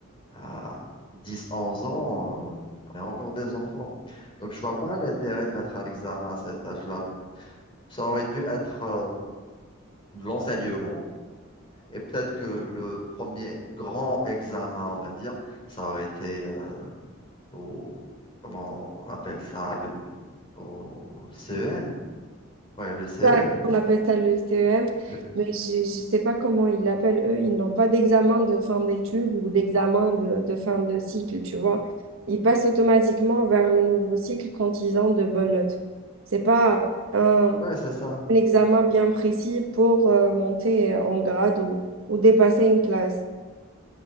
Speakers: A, on the left; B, on the right.
A: À 10, 11 ans, euh, on est encore des enfants. Donc, je vois pas l'intérêt de mettre un examen à cet âge-là. Ça aurait dû être euh, l'enseignement. Et peut-être que le premier grand examen, on va dire, ça aurait été euh, au, comment on appelle ça, le, au CEM. Ouais, le CEM.
B: Ça, On appelle ça le CEM,
A: Mais,
B: mais je ne sais pas comment ils l'appellent eux. Ils n'ont pas d'examen de fin d'études ou d'examen de, de fin de cycle, tu vois. Ils passent automatiquement vers le nouveau cycle quand ils ont de bonnes notes. C'est pas un,
A: ouais, c'est ça.
B: un examen bien précis pour euh, monter en grade ou, ou dépasser une classe.